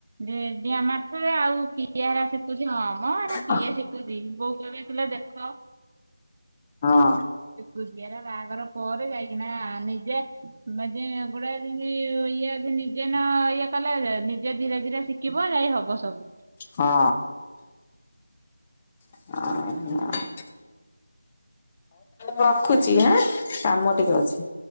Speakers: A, on the right; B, on the left.
A: ଡିଏ ଡିଆଁ ମାରୁଥିବେ ଆଉ କିଏ ହରା ଶିଖୁଛି ହଁ ମ ହେଇରା
B: ହଁ
A: କିଏ ଶିଖୁଛି ବୋଉ କହିବେ ପିଲା ଦେଖ
B: ହଁ।
A: ଗୁଜିଆରେ ବାହାଘର ପରେ ଯାଇକିନା ନିଜେ ମେଜେଗୁଡା ଯେମତି ଇଏ ଅ ନିଜେ ନ ଇଏ କଲେ ନିଜେ ଧୀରେ ଧୀରେ ଶିଖି- କିଭ ଯାଇ ହବ ସବୁ।
B: ହଁ। ଆହାଁ। ରଖୁଛି ଏଁ କାମ ଟିକେ ଅଛି।